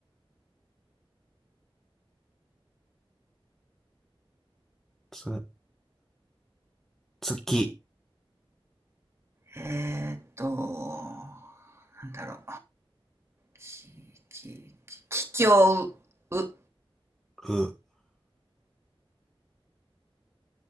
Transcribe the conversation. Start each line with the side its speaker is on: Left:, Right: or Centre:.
Centre: つ、月、
Right: えーっと、なんだろう。き、き、き、きょう、う、
Centre: う、